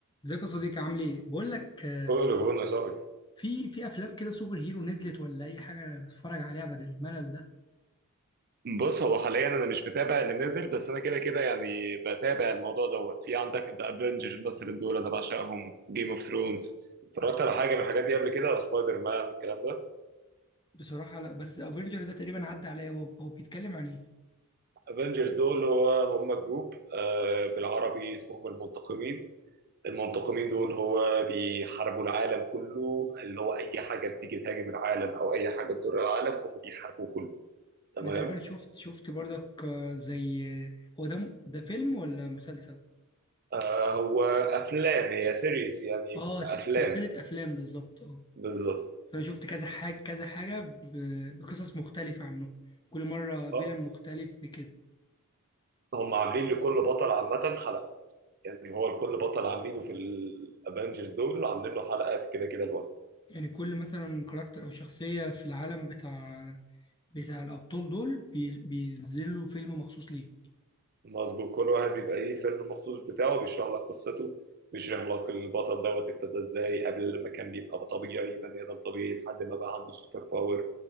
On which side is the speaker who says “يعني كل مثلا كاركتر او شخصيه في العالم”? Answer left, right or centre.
Left